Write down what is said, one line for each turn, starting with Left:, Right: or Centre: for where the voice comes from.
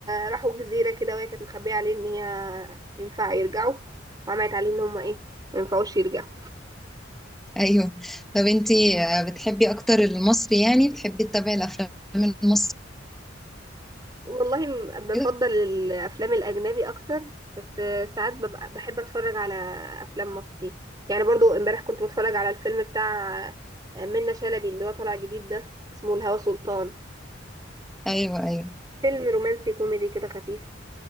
Right: راحوا جزيرة كده وهي كانت مخبية عليه إن هي ينفع يرجعوا وعملت عليه إن هما إيه ما ينفعوش يرجعوا
Centre: ايوه طب انتي آه، بتحبي اكتر المصري يعني بتحبي تتابعي الافلام المصري
Right: والله م- بفضل
Centre: كده
Right: الافلام الاجنبي اكتر بس ساعات ببقى بحب اتفرج على افلام مصري يعني برضو امبارح كنت بتفرج على الفيلم بتاع منة شلبي اللي هو طالع جديد ده اسمه الهوى سلطان
Centre: ايوه ايوه
Right: فيلم رومانسي كوميدي كده خفيف